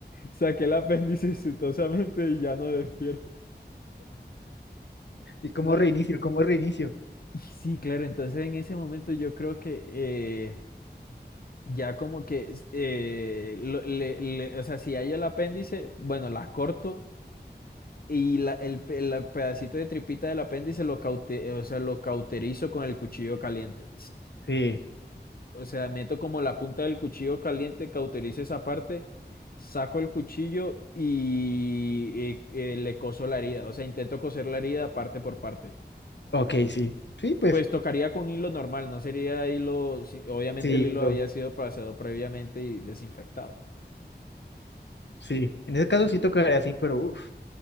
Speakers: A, on the left; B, on the left.
A: saqué el apéndice exitosamente y ya no despierta.
B: ¿Y cómo
A: No.
B: reinicio? ¿Cómo reinicio?
A: Y sí, claro, entonces en ese momento yo creo que eh, ya como que eh, lo- le- le- o sea, si hay el apéndice, bueno, las corto y la- el, pe- el pedacito de tripita del apéndice lo caute- o sea, lo cauterizo con el cuchillo caliente.
B: Sí,
A: O sea, meto como la punta del cuchillo caliente, cauterizo esa parte, saco el cuchillo y, eh, eh, le coso la herida. O sea, intento coser la herida parte por parte.
B: ok, sí. Sí, pues,
A: Pues tocaría con hilo normal, no sería hilo. si- Obviamente
B: sí,
A: el hilo
B: lo,
A: había sido pasado previamente y desinfectado.
B: sí. En ese caso sí tocaría así, pero uff.